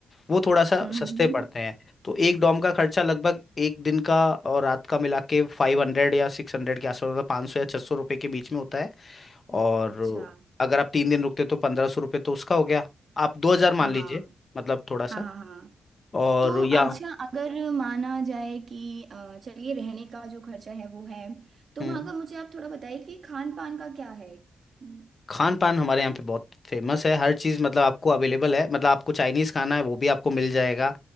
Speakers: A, on the left; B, on the right.
A: वो थोड़ा सा
B: हम्म
A: सस्ते
B: हम्म हम्म।
A: पड़ते हैं तो एक डॉम का खर्चा लगभग एक दिन का और रात का मिला के फाइव हंड्रेड या सिक्स हंड्रेड के आसपास मतलब पाँच सौ या छः सौ रुपये के बीच में होता है और
B: अच्छा
A: अगर आप तीन दिन रुकते तो पंद्रह सौ रुपये तो उसका हो गया आप दो हज़ार
B: हाँ
A: मान लीजिए
B: हाँ
A: मतलब थोड़ा सा
B: हाँ हाँ हाँ
A: और
B: तो
A: या
B: अच्छा अगर माना जाए कि अ, चलिए रहने का जो खर्चा है वो है तो
A: हम्म
B: वहाँ का मुझे आप थोड़ा बताइए कि खान पान का क्या है हम्म
A: खान पान हमारे यहाँ पे बहुत फेमस है हर चीज़ मतलब आपको अवेलेबल है मतलब आपको चाइनीज़ खाना है वो भी आपको मिल जाएगा